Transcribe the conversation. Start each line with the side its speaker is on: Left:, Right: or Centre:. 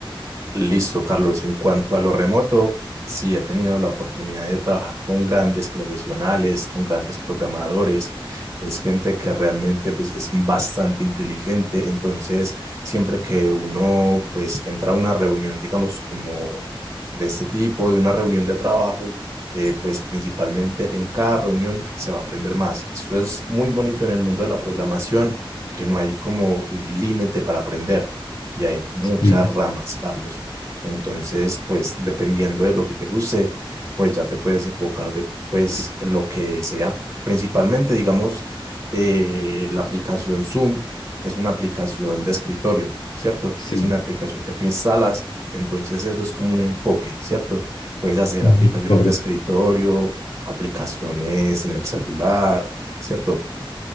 Right: Listo, Carlos. En cuanto a lo remoto, sí he tenido la oportunidad de trabajar con grandes profesionales, con grandes programadores. Es gente que realmente pues es bastante inteligente. Entonces, siempre que uno pues entra a una reunión, digamos, como de este tipo, de una reunión de trabajo, eh, pues principalmente en cada reunión se va a aprender más. Eso es muy bonito en el mundo de la programación, que no hay como un límite para aprender y hay muchas
Left: Sí,
Right: ramas, Carlos. Entonces, pues dependiendo de lo que te guste, pues ya te puedes enfocar de, pues, en lo que sea. Principalmente, digamos, eh, la aplicación Zoom es una aplicación de escritorio, ¿cierto?
Left: sí,
Right: Es una aplicación que tú instalas, entonces eso es como un enfoque, ¿cierto? Puedes hacer
Left: ujú,
Right: aplicaciones
Left: correcto.
Right: de escritorio, aplicaciones en el celular, ¿cierto?